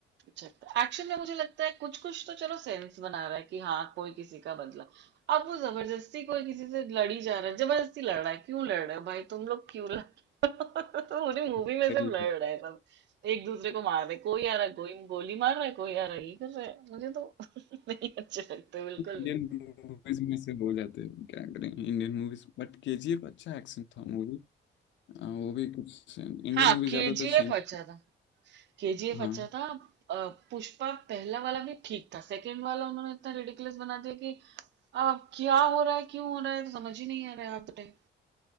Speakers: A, on the right; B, on the left.
A: अच्छा लगता एक्शन में मुझे लगता है कुछ कुछ तो चलो सेंस बना रहा है कि हाँ कोई किसी का बदला अब वो जबरदस्ती कोई किसी से लड़ी जा रहा है जबरदस्ती लड़ रहा है क्यों लड़ रहे हो भाई तुम लोग क्यों लड़ तो पूरी मूवी
B: सही
A: में सब लड़
B: है।
A: रहे हैं सब एक दूसरे को मार रहे हैं। कोई आ रहा है, कोई गोली मार रहा है कोई आ रहा है, ये कर रहा है मुझे तो <laughs> नहीं अच्छे लगते बिल्कुल
B: इंडियन
A: भी
B: मूवीज में से हो जाते हैं क्या करें इंडियन मूवीज बट केजीएफ अच्छा एक्शन था मूवी वो भी कुछ इंडियन
A: हाँ
B: मूवी
A: केजीएफ
B: ज्यादातर सेम
A: अच्छा था केजीएफ
B: हाँ
A: अच्छा था अ, पुष्पा पहला वाला भी ठीक था सेकंड वाला उन्होंने इतना रिडिकुलस बना दिया कि अब क्या हो रहा है क्यों हो रहा है तो समझ ही नहीं आ रहा है आप बताइए